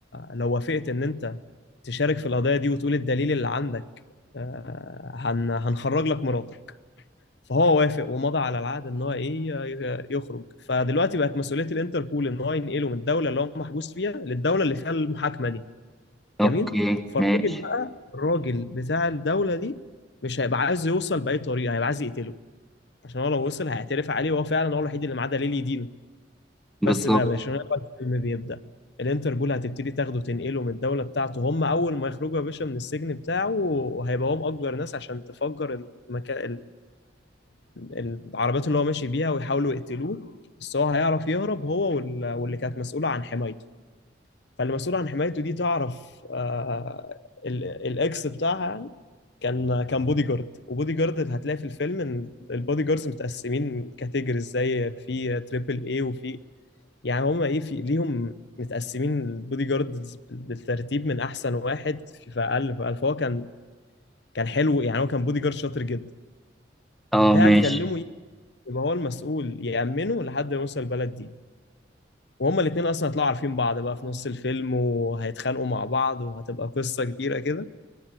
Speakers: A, on the left; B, in the centre.
A: لو وافقت ان انت تشارك في القضيه دي وتقول الدليل اللي عندك آه، هن هنخرج لك مراتك فهو وافق ومضى على العقد ان هو ايه ي- يخرج فدلوقتي بقت مسؤوليه الانتربول ان هو ينقله من الدوله اللي هو محبوس فيها للدوله اللي فيها المحاكمه دي
B: اوكي
A: جميل فالراجل
B: ماشي
A: بقى الراجل بتاع الدولة دي مش هيبقى عايز يوصل بأي طريقة هيبقى عايز يقتله عشان هو لو وصل هيعترف عليه وهو فعلا هو الوحيد اللي معاه دليل يدينه
B: بالظبط
A: بس بقى يا باشا هنا بقى الفيلم بيبدأ الانتربول هتبتدي تاخده تنقله من الدولة بتاعته هم أول ما يخرجوا يا باشا من السجن بتاعه وهيبقى هو مأجر ناس عشان تفجر المكان العربيات اللي هو ماشي بيها ويحاولوا يقتلوه بس هو هيعرف يهرب هو وال- واللي كانت مسؤولة عن حمايته فالمسؤول عن حمايته دي تعرف آه، ال- الاكس بتاعها يعني كان كان بودي جارد وبودي جارد هتلاقي في الفيلم ان البودي جاردز متقسمين كاتيجوريز زي في تريبل اي وفي يعني هم ايه في ليهم متقسمين البودي جاردز بالترتيب من احسن واحد في في اقل في اقل فهو كان كان حلو يعني هو كان بودي جارد شاطر جدا
B: اه
A: فهتكلمه
B: ماشي
A: إيه؟ يبقى هو المسؤول يأمنه لحد ما يوصل البلد دي وهما الاتنين اصلا هيطلعوا عارفين بعض بقى في نص الفيلم وهيتخانقوا مع بعض وهتبقى قصة كبيرة كده